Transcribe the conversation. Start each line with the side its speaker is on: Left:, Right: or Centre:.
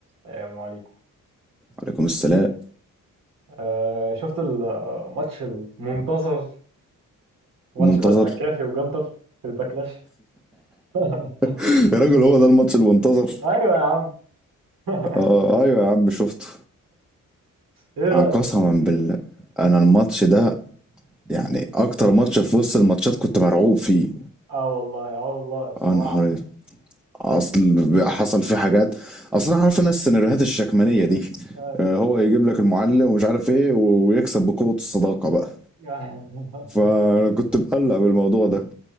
Right: السلام عليكم
Centre: عليكم السلام
Right: آه شفت الماتش المنتظر ماتش
Centre: المنتظر
Right: بات مكافي وجنتر في الباكلاش <laughs>
Centre: <laughs> يا راجل هو ده الماتش المنتظر
Right: ايوه يا عم <laughs>
Centre: آه ايوه يا عم شفته
Right: ايه رايك
Centre: آه، قسما بالله انا الماتش ده يعني اكتر ماتش في وسط الماتشات كنت مرعوب فيه
Right: اه والله اه والله الصراحه
Centre: يا نهار أسود. اصل حصل فيه حاجات اصل انا عارف انا السيناريوهات الشكمانيه دي
Right: آه.
Centre: آه، هو يجيب لك المعلم ومش عارف ايه ويكسب بقوه الصداقه بقى
Right: <laughs>
Centre: فانا كنت مقلق بالموضوع ده